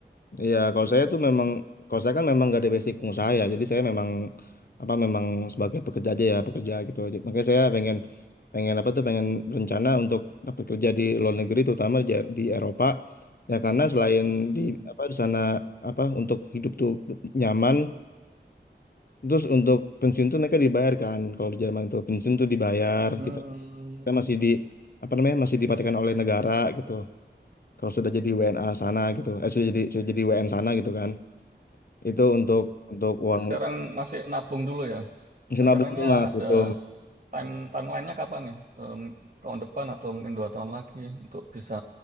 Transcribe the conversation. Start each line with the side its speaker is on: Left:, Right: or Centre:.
Left: iya kalau saya tuh memang kalau saya kan memang gak ada basic pengusaha ya jadi saya memang apa memang sebagai pekerja aja ya pekerja gitu Jadi, makanya saya pengen pengen apa tuh pengen berencana untuk dapat kerja di luar negeri terutama di, di Eropa ya karena selain di
Right: Hmm.
Left: apa di sana apa untuk hidup tuh nyaman Terus untuk pensiun tuh mereka dibayar kan. Kalau di Jerman itu pensiun tuh dibayar.
Right: Hmm.
Left: Kita, kita masih di apa namanya masih dipatikan oleh negara gitu. Kalau sudah jadi WNA sana gitu, eh sudah jadi sudah jadi WN sana gitu kan. Itu untuk untuk uang
Right: Sekarang masih nabung dulu ya.
Left: senabung
Right: Rencananya
Left: mas
Right: ada
Left: itu.
Right: time timelinenya kapan nih? Em, tahun depan atau mungkin dua tahun lagi untuk bisa